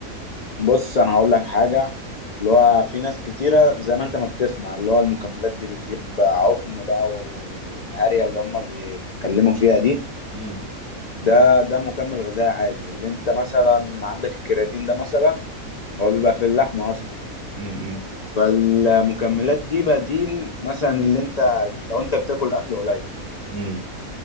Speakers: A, on the left (about 70°); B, on the right (about 85°).
A: بص انا هقول لك حاجه اللي هو في ناس كتيره زي ما انت ما بتسمع اللي هو المكملات دي بتجيب عقم بقى والهارية اللي هم بيتكلموا فيها دي
B: امم
A: ده ده مكمل غذائي عادي اللي انت مثلا عندك الكرياتين ده مثلا هو بيبقى في اللحمه اصلا
B: امم
A: فالمكملات دي بديل مثلا اللي انت لو انت بتاكل اكل قليل
B: امم